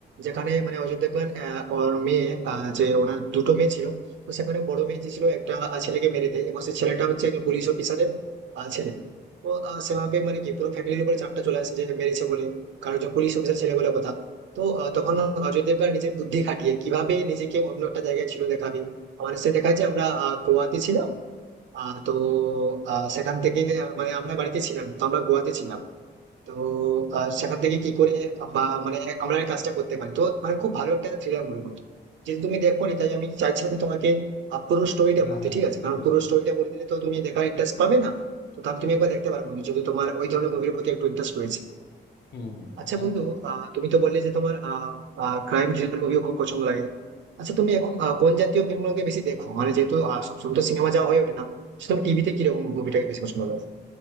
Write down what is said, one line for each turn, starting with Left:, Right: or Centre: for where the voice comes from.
Right: যেখানে মানে অজয় দেবগন আহ, ওর মেয়ে আহ, যে ওনার দুটো মেয়ে ছিল তো সেখানে বড় মেয়ে যে ছিল একটা আহ, ছেলেকে মেরে দেয় এবং সেই ছেলেটা হচ্ছে একজন পুলিশ অফিসারের আহ, ছেলে তো আহ,
Left: হয়েছে।
Right: সেভাবে মানে কি পুরো ফ্যামিলির উপরে চাপটা চলে আসে যে মেরেছে বলে কারণ যে পুলিশ অফিসার ছেলে বলে কথা তো আহ, তখন অজয় দেবগন নিজের বুদ্ধি খাটিয়ে কিভাবে নিজেকে অন্য একটা জায়গায় ছিল দেখাবে আমার সে দেখায় যে আমরা আহ, গোয়াতে ছিলাম আহ, তো আহ, সেখান থেকে আহ, মানে আমরা বাড়িতে ছিলাম তো আমরা গোয়াতে ছিলাম তো আহ, সেখান থেকে কি করে বা মানে আমরা এই কাজটা করতে পারি তো মানে খুব ভালো একটা থ্রিলার মুভি বলতো যদি তুমি দেখো নি তাই আমি চাইছিলাম যে তোমাকে আহ, পুরো স্টোরিটা
Left: হ্যাঁ
Right: বলতে
Left: হ্যাঁ
Right: ঠিক
Left: বুঝতে
Right: আছে কারণ
Left: পারছি
Right: পুরো স্টোরিটা বলে দিলে তো তুমি দেখার ইন্টারেস্ট পাবে না তো তাহলে তুমি একবার দেখতে পারো বন্ধু যদি তোমার ওই ধরনের মুভির প্রতি একটু ইন্টারেস্ট রয়েছে
Left: হুম হুম হুম,
Right: আচ্ছা
Left: আচ্ছা
Right: বন্ধু আহ, তুমি তো বললে যে তোমার ক্রাইম থ্রিলার মুভিও খুব পছন্দ লাগে আচ্ছা তুমি এখন আহ, কোন জাতীয় ফিল্মগুলোকে বেশি দেখো মানে যেহেতু আহ, সবসময় তো সিনেমা যাওয়া হয়ে ওঠে না তো তুমি টিভিতে কিরকম মুভিটাকে বেশি পছন্দ করো